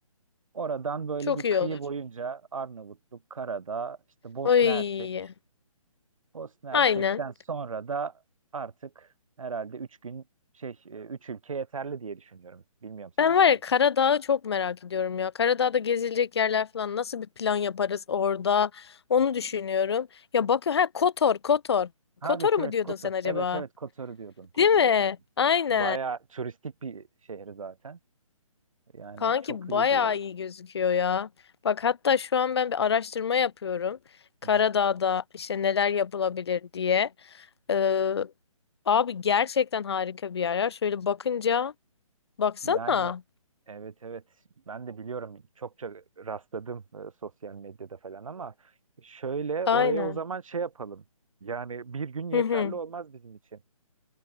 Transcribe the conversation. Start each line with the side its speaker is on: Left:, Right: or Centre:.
Right: Oradan böyle
Left: Çok
Right: bir
Left: iyi
Right: kıyı
Left: olur.
Right: boyunca Arnavutluk, Karadağ, işte Bosna
Left: Oy.
Right: Hersek. Bosna
Left: Aynen.
Right: Hersek'ten sonra da artık herhalde 3 gün şey 3 ülke yeterli diye düşünüyorum. Bilmiyorum sen
Left: Ben
Right: nasıl
Left: var ya Karadağ'ı çok merak ediyorum ya. Karadağ'da gezilecek yerler falan nasıl bir plan yaparız orada? Onu düşünüyorum. Ya bakıyor ha Kotor, Kotor.
Right: Ha,
Left: Kotor
Right: evet
Left: mu
Right: evet
Left: diyordun
Right: Kotor.
Left: sen acaba?
Right: Evet evet Kotor'u diyordum. Kotor'u
Left: Değil mi?
Right: diyordum.
Left: Aynen.
Right: Baya turistik bir şehir zaten. Yani
Left: Kanki
Right: çok iyi
Left: bayağı
Right: diyorlar.
Left: iyi gözüküyor ya. Bak hatta şu an ben bir araştırma yapıyorum. Karadağ'da
Right: Hı hı.
Left: işte neler yapılabilir diye. Ee, abi gerçekten harika bir yer ya. Şöyle bakınca Baksana.
Right: Yani evet evet ben de biliyorum çokça rastladım e, sosyal medyada falan ama şöyle
Left: Aynen.
Right: oraya o zaman şey yapalım. Yani bir gün yeterli
Left: Hı hı.
Right: olmaz bizim için.